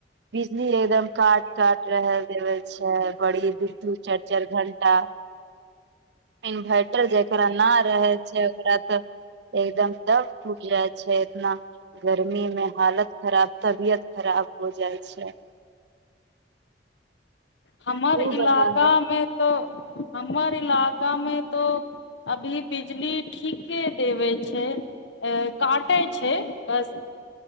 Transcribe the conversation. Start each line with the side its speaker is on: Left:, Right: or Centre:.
Right: बिजली एकदम काट काट रह देवे छै बड़ी दूर दू चारि चारि घं्टा इन्भर्टर जकरा नहि रहै छै ओकरा तऽ एकदम तब ूट जाय छै एतना गर्मी में हालत खराब तबियत खराब हो जाय छै
Left: हमर
Right: तू
Left: इलाका
Right: बताब
Left: मे त हमर इला गामे तो अभी बिजली ठीके देबै छै काटै छै बस